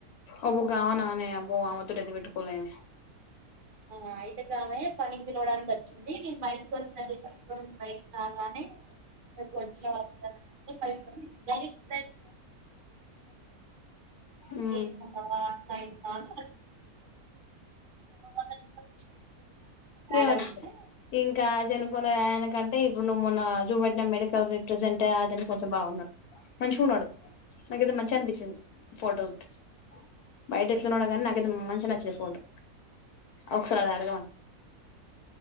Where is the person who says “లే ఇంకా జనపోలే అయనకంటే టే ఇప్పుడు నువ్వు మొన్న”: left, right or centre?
Left